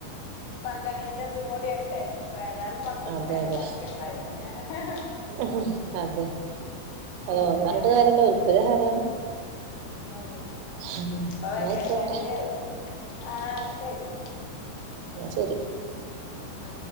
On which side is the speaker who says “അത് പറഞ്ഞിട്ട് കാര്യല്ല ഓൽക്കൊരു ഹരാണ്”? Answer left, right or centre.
Right